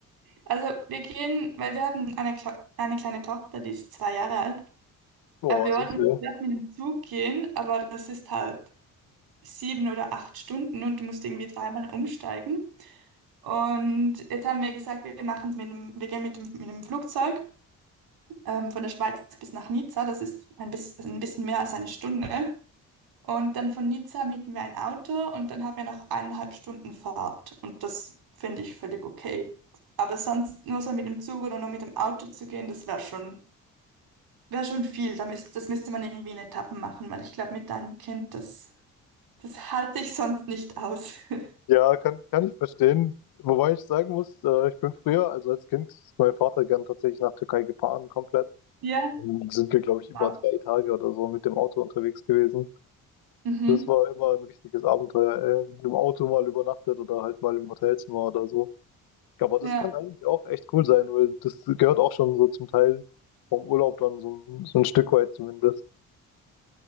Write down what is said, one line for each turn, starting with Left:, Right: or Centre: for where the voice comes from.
Right: Also wir gehen, weil wir haben eine, Kle- eine kleine Tochter, die ist zwei Jahre alt.
Left: Boah,
Right: Äh, Wir
Left: süß,
Right: wollten
Left: ja.
Right: zuerst mit dem Zug gehen, aber das ist halt sieben oder acht Stunden und du musst irgendwie dreimal umsteigen. Und jetzt haben wir gesagt, wir machen es mit dem, wir gehen mit dem, mit dem Flugzeug ähm, von der Schweiz bis nach Nizza. Das ist ein bisschen, ein bisschen mehr als eine Stunde. Und dann von Nizza mieten wir ein Auto und dann haben wir noch eineinhalb Stunden Fahrt. Und das finde ich völlig okay. Aber sonst nur so mit dem Zug oder nur mit dem Auto zu gehen, das wäre schon. Wäre schon viel, da müsst, das müsste man irgendwie in Etappen machen, weil ich glaube, mit einem Kind, das, das halte ich sonst nicht aus. <laughs>
Left: Ja, kann, kann ich verstehen. Wobei ich sagen muss, äh, ich bin früher, also als Kind, ist mein Vater gern tatsächlich nach Türkei gefahren, komplett.
Right: Ja.
Left: Dann sind wir, glaube ich, über
Right: Wow.
Left: drei Tage oder so mit dem Auto unterwegs gewesen.
Right: Mhm.
Left: Das war immer ein richtiges Abenteuer. Äh, im Auto mal übernachtet oder halt mal im Hotelzimmer oder so. Aber
Right: Ja,
Left: das kann eigentlich auch echt cool sein, weil das gehört auch schon so zum Teil vom Urlaub dann so, so ein Stück weit zumindest.